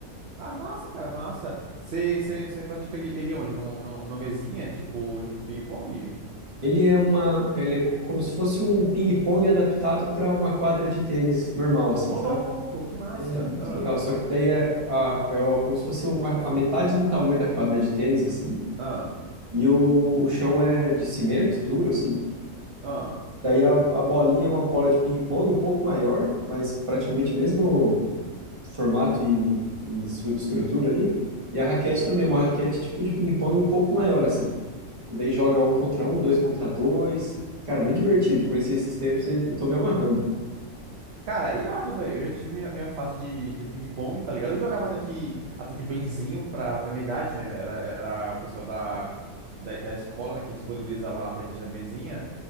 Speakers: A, on the right; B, on the right.
A: Ah, massa, cara, massa. Você pratica ele, ele onde? Num- num- Numa mesinha, tipo, tipo ping-pong?
B: Ele é uma, ele é co- como se fosse um ping-pong adaptado para uma quadra de tênis normal, assim,
A: Ô,
B: sabe?
A: louco, que massa.
B: É muito
A: Ah,
B: legal, só que daí é, a- é o- como se fosse uma,
A: Sim.
B: a metade do tamanho da quadra de tênis, assim,
A: ah,
B: e o, o chão é de cimento duro, assim.
A: ah.
B: Daí a, a bolinha é uma bola de ping-pong um pouco maior, mas praticamente mesmo formato e, e estru- estrutura ali. E a raquete também é uma raquete tipo de ping-pong um pouco maior, assim. E daí joga um contra um, dois contra dois. Cara, muito divertido. Conheci esses tempos e e tô me amarrando.
A: Cara, irado, velho. Eu já tive minha, minha fase de, de ping-pong, tá ligado? Eu jogava até que, até que benzinho pra, pra minha idade, né? Era, era o pessoal da, da, da escola, né, que disponibilizava lá pra gente a mesinha.